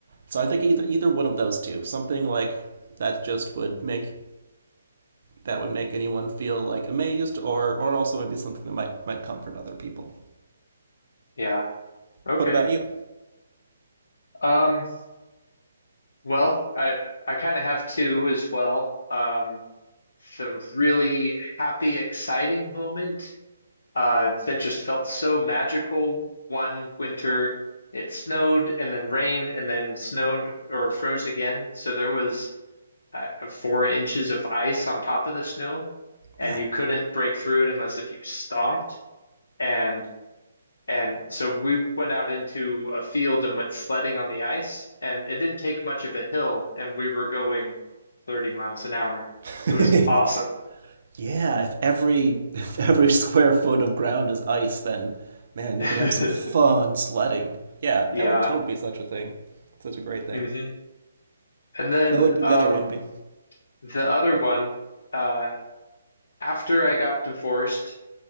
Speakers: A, on the right (about 50°); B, on the left (about 55°).
A: So I think either either one of those two, something like that, just would make that would make anyone feel like amazed or or also maybe something that might might comfort other people.
B: Yeah. Okay.
A: What about you?
B: Um, well, I I kind of have two as well. Um, the really happy, exciting moment uh, that just felt so magical. One winter, it snowed and then rained and then snowed or froze again. So there was uh, four inches of ice on top of the snow, and
A: Wow.
B: you couldn't break through it unless if you stomped. And and so we went out into a field and went sledding on the ice, and it didn't take much of a hill, and we were going 30 miles an hour.
A: <laughs>
B: It was awesome.
A: Yeah, if every <laughs> if every square foot of ground is ice, then man, you
B: <laughs>
A: could have some fun sledding. Yeah,
B: Yeah.
A: that would totally be such a thing. Such a great thing.
B: hmm And then
A: What would be
B: um,
A: the other one be.
B: The other one, uh, after I got divorced